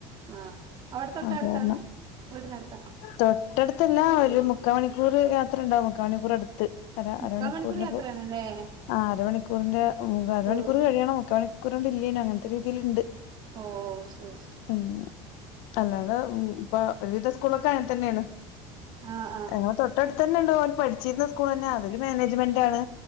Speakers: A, on the right; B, on the left.
A: അഹ് അവിടെ തൊട്ട
B: അത്
A: അടുത്താണ്
B: കാരണം
A: വീടിനടുത്താ
B: തൊട്ടടുത്തല്ല ഒരു മുക്കമണിക്കൂർ യാത്ര ഇണ്ടാവും മുക്കമണിക്കൂർ അടുത്ത് അര
A: മുക്കാ
B: അരമണിക്കൂറിപ്പ
A: മണിക്കൂർ യാത്രയാണല്ലേ
B: അഹ് അരമണിക്കൂറിന്റെ മു അരമണിക്കൂർ
A: കൂടു
B: കഴിയണം മുക്ക മണിക്കൂറിന്റെ നു അങ്ങനത്തെ രീതിൽണ്ട്
A: ഓ ശരി
B: ഉം അല്ലാതെ ഇപ്പൊ ഒരുവിധ സ്കൂളൊക്കെ അങ്ങനെ തന്നെയാണ്
A: അഹ് ആഹ
B: ഞങ്ങളെ തൊട്ടടുത്ത് തന്നെ ഇണ്ടോ ഓൻ പഠിച്ചിരുന്ന സ്കൂൾന്നെ അതില് മാനേജ്മെന്റ് ആണ്